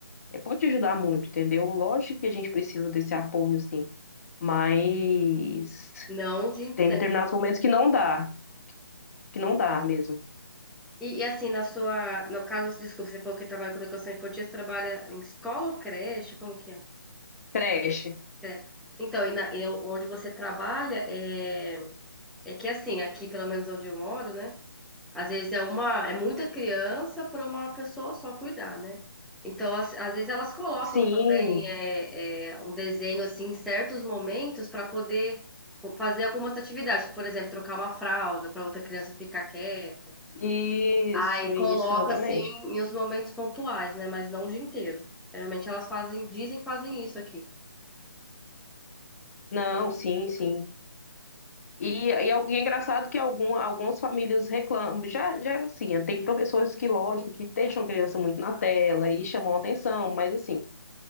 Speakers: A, on the left (about 40°); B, in the centre.
A: é, pode ajudar muito, entendeu? Lógico que a gente precisa desse apoio, assim, mas
B: Não, o dia inteiro.
A: tem determinados momentos que não dá, que não dá mesmo.
B: E, e assim, na sua, no caso, desculpa, você falou que trabalha com educação infantil, você trabalha em escola ou creche? Como que é?
A: Creche.
B: Creche. Então, e na, e onde você trabalha é, é que assim, aqui pelo menos onde eu moro, né? Às vezes é uma, é muita criança para uma pessoa só cuidar, né? Então, às, às vezes elas colocam
A: Sim,
B: também é, é, um desenho assim em certos momentos para poder fazer algumas atividades, por exemplo, trocar uma fralda para outra criança ficar quieta.
A: isso,
B: Aí coloca
A: isso, exatamente.
B: assim em uns momentos pontuais, né? Mas não o dia inteiro. Geralmente elas fazem, dizem que fazem isso aqui.
A: Não, sim, sim. E, e, é e é engraçado que algum, algumas famílias reclamam. Já, já, assim, tem professores que, lógico, que deixam criança muito na tela e chamam a atenção, mas, assim,